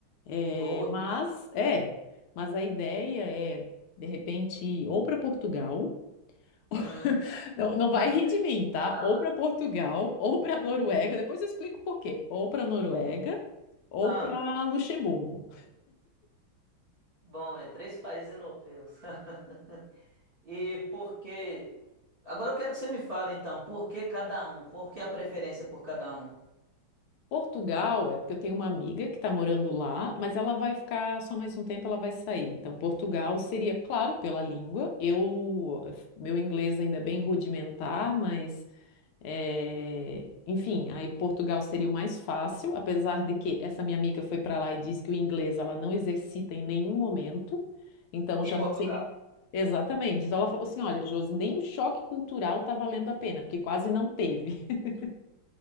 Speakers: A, on the left; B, on the right.
A: é,
B: boa.
A: mas é, mas a ideia é de repente ir ou para Portugal
B: Uhum.
A: <laughs> Não, não
B: Dá
A: vai
B: muita
A: rir de
B: gente.
A: mim, tá?
B: pra
A: Ou
B: lá.
A: para Portugal, ou para Noruega. Depois eu explico por quê. Ou para Noruega, ou
B: Ah,
A: para Luxemburgo.
B: bom, é três países europeus. <laughs> E por que? Agora eu quero que você me fale então, por que cada um? Por que a preferência por cada um?
A: Portugal é porque eu tenho uma amiga que está morando lá, mas ela vai ficar só mais um tempo, ela vai sair. Então, Portugal seria, claro, pela língua. Eu, meu inglês ainda é bem rudimentar, mas É, Enfim, aí Portugal seria o mais fácil, apesar de que essa minha amiga foi para lá e disse que o inglês ela não exercita em nenhum momento, então
B: Em
A: já
B: Portugal.
A: não sei nem. Exatamente. Então ela falou assim: olha, Josi, nem o choque cultural tá valendo a pena, porque quase não teve. <laughs>